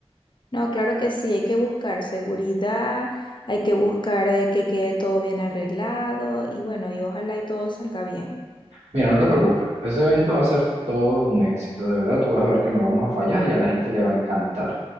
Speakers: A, on the left (about 50°); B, on the right (about 85°).
A: No, claro que sí. Hay que buscar seguridad, hay que buscar eh, que quede todo bien arreglado y bueno, y ojalá y todo salga bien.
B: Mira, no te preocupes, ese evento va a ser todo un éxito, de verdad, tú vas a ver que no vamos a fallar y a la gente le va a encantar.